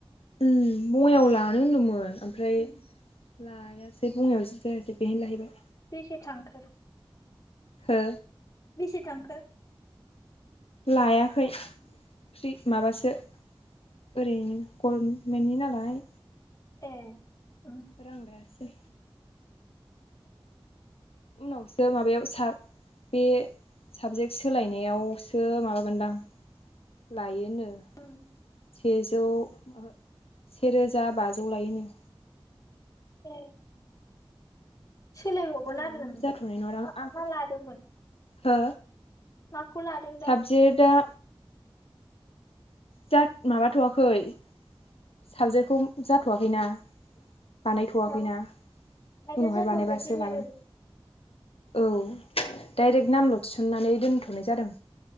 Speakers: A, on the left (about 85°); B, on the left (about 35°).
A: उं बङाइायाव लानो होनदोंमोन ओमफ्राय
B: उम।
A: लायासै बङायाव जि जायासै बेहायनो लाहैबाय
B: बेसेै थांखो
A: हो
B: बिसि थांखो
A: लायाखै फ्रि माबासो ओरैनो गभमेन्टनि नालाय
B: ए उ
A: रां लायासै उनावसो माबायाव स बे साबजेक्ट सोलायनायाव सो माबागोनदां लायोनो
B: उम
A: सेजौ ओ सेरोजा बाजौ लायो
B: औ सोलायबावगोन
A: दानो
B: आरो नों ओमफ्राय
A: जाथ'नाय नङादां
B: मा
A: आंखौ
B: मा लादोंमोन
A: हो
B: माखौ लादों दा
A: साबजेक्ट आ जा माबाथ'आखै साबजेक्टखौ जाथ'वाखैना बानायथ'वाखैना
B: हा आयदा
A: उनावहाय
B: जाथ'वाखै
A: बानायबासो
B: जेनेरेल
A: लागोन औ डाइरेक्ट नाम थिस थिननानै दोनथ'नाय जादों